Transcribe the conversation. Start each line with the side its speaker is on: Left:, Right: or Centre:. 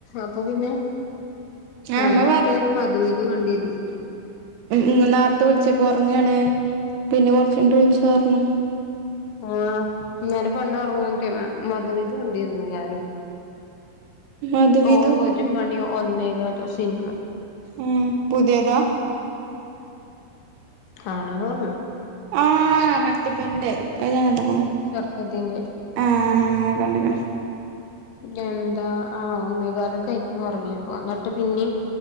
Left: അപ്പൊ പിന്നെ
Right: ആഹ്
Left: ഞാനും
Right: ഉമ്മ
Left: അതെരം മധു ഇതു കണ്ടിരുന്നു
Right: ഇങ്ങ നേരത്തെ വിളിച്ചപ്പോ ഉറങ്ങാണ് പിന്നെ കൊറച്ചഴിഞ്ഞി ട്ട് വിളിച്ചറഞ്ഞു
Left: ആഹ് ഇന്നലെ പന്ന ഉറങ്ങടിമ ധു ഇത് കൊണ്ടിരുന്നു ഞാനും
Right: അതും
Left: ഓള്
Right: ഇതും
Left: ഒരു മണി ഒന്നേകാലോ സിനിമ
Right: ഉം പുതിയതാ
Left: കാണുകല്ല <unintelligible>
Right: ആഹ് മറ്റിബന്റെ അഹ്ഞാൻ കണ്ട്ക്ക്ണ്
Left: ഷർഫുദ്ധീന്റെ
Right: ആഹ് കണ്ടക്ക്ണ്
Left: എന്താ ആഹ് ഒന്നേ കാലെക്കെയ്ക്കിണ് ഒറങ്ങിപ്പ ഇന്നട്ട് പിന്നിം